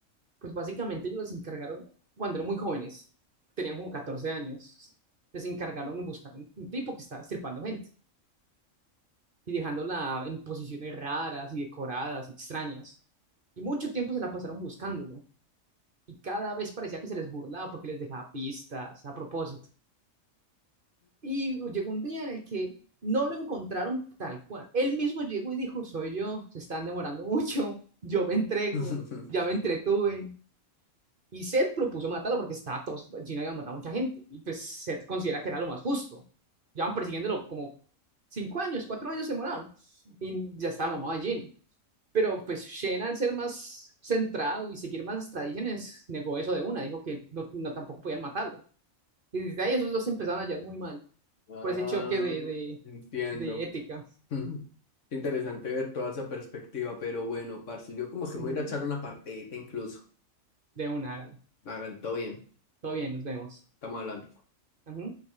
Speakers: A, on the right (about 45°); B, on the left (about 65°).
A: Pues básicamente ellos los encargaron cuando eran muy jóvenes, tenían como 14 años. Les encargaron de buscar un, un tipo que estaba estripando gente y dejándola en posiciones raras y decoradas, extrañas. Y mucho tiempo se la pasaron buscándolo. Y cada vez parecía que se les burlaba porque les dejaba pistas a propósito. Y llegó un día en el que no lo encontraron tal cual. Él mismo llegó y dijo, soy yo, se están demorando mucho, yo me entrego,
B: <laughs>
A: ya me entretuve. Y Seth propuso matarlo porque estaba todo, Gino había matado a mucha gente. Y pues Seth considera que era lo más justo. Llevan persiguiéndolo como cinco años, cuatro años demoraron. Y ya estaba mamado de Gino. Pero pues Shen al ser más centrado y seguir más las tradiciones, negó eso de una. Dijo que no, no tampoco podían matarlo. Y desde ahí esos dos empezaron a hallar muy mal
B: Ah,
A: por ese choque de, de,
B: entiendo.
A: de ética.
B: Ujú. Qué Interesante ver toda esa perspectiva, pero bueno, parce, yo como que
A: Ujú.
B: me voy a ir a echar una partidita incluso.
A: De una, hágale.
B: Hágale, todo bien,
A: Todo bien, nos vemos.
B: estamos hablando.
A: Ujú.